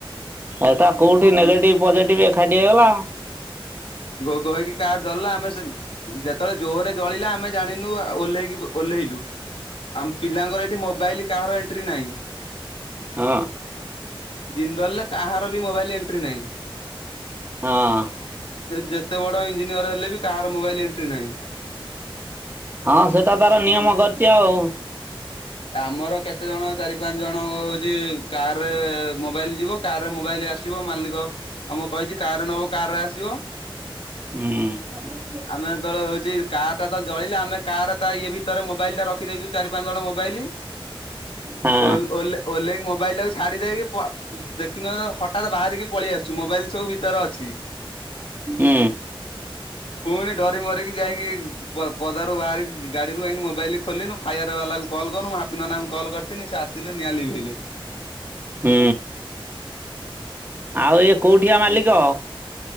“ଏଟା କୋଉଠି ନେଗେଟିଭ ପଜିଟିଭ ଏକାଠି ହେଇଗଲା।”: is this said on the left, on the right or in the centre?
Right